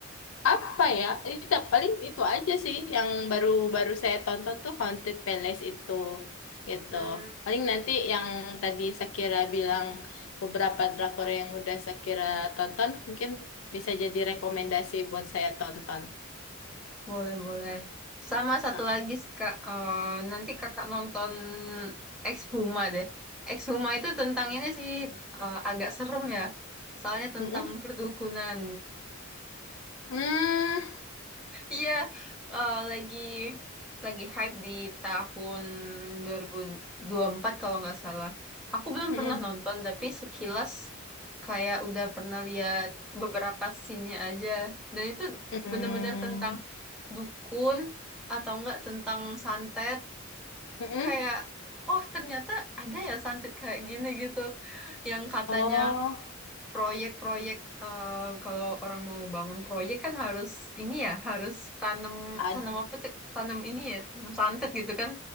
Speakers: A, on the left (about 75°); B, in the centre.
A: Apa ya? Itu paling itu aja sih yang baru-baru saya tonton tuh Haunted Palace itu gitu.
B: hmm,
A: Paling nanti yang tadi Shakira bilang beberapa drakor yang udah Shakira tonton mungkin bisa jadi rekomendasi buat saya tonton.
B: boleh boleh sama satu
A: Ah.
B: lagi kak eh nanti kakak nonton Ex deh Ex itu tentang ini sih eh, agak serem ya soalnya tentang
A: Mm-mm.
B: perdukunan
A: Hmm.
B: Iya, eh, lagi lagi hype di tahun dua ribu dua ribu empat kalau nggak salah. Aku belum
A: Mm-mm.
B: pernah nonton, tapi sekilas kayak udah pernah lihat beberapa scene-nya aja. Dan itu
A: Hmm.
B: bener-bener tentang dukun atau enggak tentang santet.
A: Mm-mm.
B: Kayak, oh ternyata ada ya santet kayak gini gitu. Yang katanya
A: Oh,
B: proyek-proyek eh, kalau orang mau bangun proyek kan harus ini ya harus tanam
A: ad,
B: tanam apa cek tanam ini ya tanam santet gitu kan